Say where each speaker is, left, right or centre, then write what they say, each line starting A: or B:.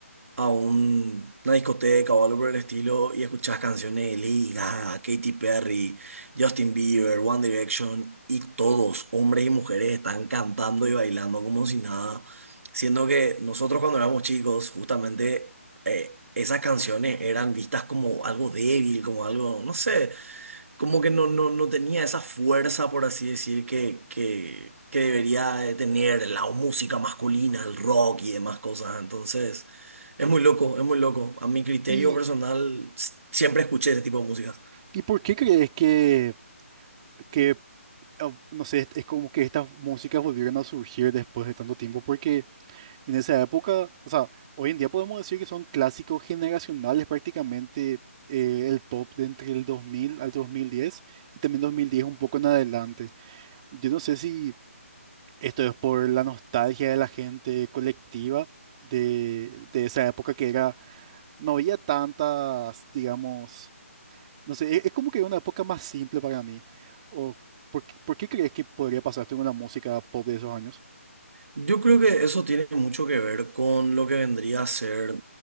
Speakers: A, on the right (about 70°); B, on the right (about 25°).
A: a un- una discoteca o algo por el estilo y escuchás canciones de Lady Gaga, Katy Perry, Justin Bieber, One Direction y todos, hombres y mujeres, están cantando y bailando como si nada. Siendo que nosotros cuando éramos chicos, justamente eh, esas canciones eran vistas como algo débil, como algo, no sé como que no, no, no tenía esa fuerza, por así decir, que, que, que debería de tener la música masculina, el rock y demás cosas. Entonces, es muy loco, es muy loco. A mi criterio
B: y
A: personal, s- siempre escuché ese tipo de música.
B: ¿Y por qué crees que, que, ah, no sé, es como que estas músicas volvieron a surgir después de tanto tiempo? Porque en esa época, o sea, hoy en día podemos decir que son clásicos generacionales prácticamente eh, el pop de entre el 2000 al 2010 y también 2010 un poco en adelante. Yo no sé si esto es por la nostalgia de la gente colectiva de, de esa época que era, no había tantas, digamos no sé, e- es como que una época más simple para mí. O, ¿por, qué por qué crees que podría pasar esto con la música pop de esos años?
A: Yo creo que eso tiene mucho que ver con lo que vendría a ser,